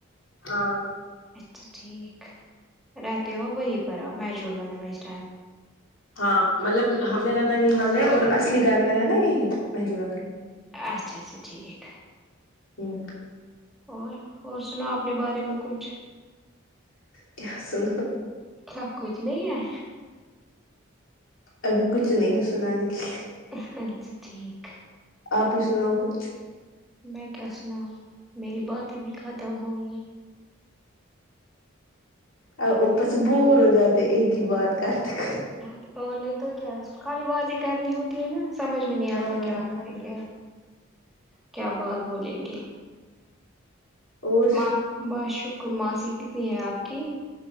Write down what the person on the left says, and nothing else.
ہاں
ہاں مطلب ہاں میرا ننہال ہے اور اصلی گھر میرا ہے نا یہیں محجو نگر میں
ہوں
کیا سناؤ
ابھی کچھ نہیں ہے سنانے کے لیے
آپ ہی سناؤ کچھ
ا اوپر سے بور ہو جاتے ایک ہی بات کرتے کر
ہاں
اور